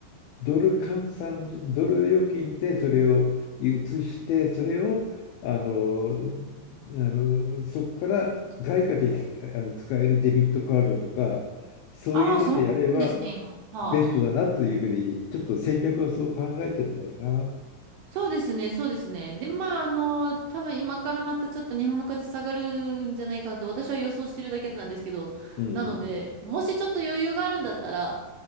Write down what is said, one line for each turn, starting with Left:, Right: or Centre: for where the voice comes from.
Left: ドル換算、ドル預金でそれを移して、それを、あの、あの、そこから外貨であの使えるデビットカードとか、そういうのでやれば、
Right: ああ、そうなんですね、今。はあ。
Left: ベストだなというふうに、ちょっと戦略をそう考えてるんだよな。
Right: そうですね、そうですね。で、まあ、あの、多分今からまたちょっと日本の価値下がるんじゃないかなって私は予想してるだけなんですけど、
Left: うん。
Right: なので、もしちょっと余裕があるんだったら、